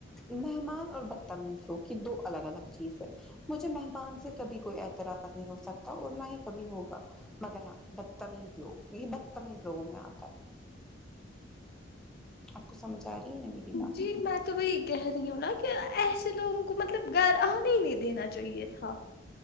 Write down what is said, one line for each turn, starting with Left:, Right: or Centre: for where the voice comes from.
Centre: مہمان اور بدتمیز لوگ یے دو الگ الگ چیز ہے مجھے مہمان سے کبھی کوئی اعتراض نہیں ہو سکتا اور نہ ہی کبھی ہوگا مگر ہاں بدتمیز لوگ یے بدتمیز لوگوں میں آتے ہے آپ کو سمج آ رہی ہے میری بات
Left: جی میں تو وہی کہہ رہی ہوں نا کہ ایسے لوگوں کو مطلب گھر انے ہی نہیں دینا چاہیے تھا